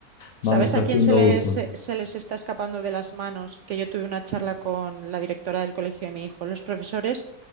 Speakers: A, on the left; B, on the right.
A: vamos
B: ¿Sabes a
A: haciendo
B: quién se les,
A: uso.
B: se, se les está escapando de las manos? Que yo tuve una charla con la directora del colegio de mi hijo. Los profesores